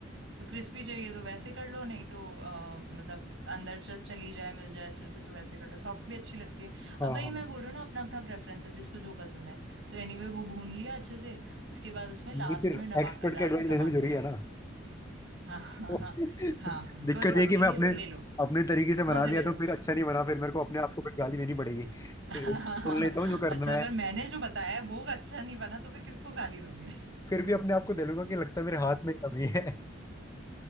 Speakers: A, on the right; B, on the left.
A: तो क्रिस्पी चाहिए तो वैसे कर लो नहीं तो अ, मतलब अंदर से चली जाए मिल जाए अच्छे से तो वैसे कर लो सॉफ्ट भी अच्छी लगती है अब
B: हाँ
A: वही
B: हाँ
A: मैं बोल रही हूँ ना अपना अपना प्रेफरेंस है जिसको जो पसंद है तो एनीवे वो भून लिया अच्छे से उसके बाद उसमें लास्ट
B: नहीं फिर
A: में डमा
B: एक्सपर्ट
A: डाल
B: की एडवाइस
A: दो
B: लेना
A: टमाटर
B: भी जरूरी है ना
A: हाँ हाँ
B: <laughs>
A: हाँ हाँ हाँ
B: दिक्कत
A: कोई बात
B: ये है कि
A: नहीं
B: मैं
A: ले
B: अपने
A: लो ले लो
B: अपने तरीके से
A: मजे
B: बना लिया
A: ले
B: तो
A: लो
B: फिर अच्छा नहीं बना फिर मेरे को अपने आप को फिर गाली देनी पड़ेगी
A: <laughs> अच्छा
B: तो एक बार सुन लेता हूँ जो करना है
A: अगर मैंने जो बताया है वो अच्छा नहीं बना तो फिर किसको गाली दोगे
B: फिर भी अपने आप को दे लूंगा कि लगता है मेरे हाथ में कमी है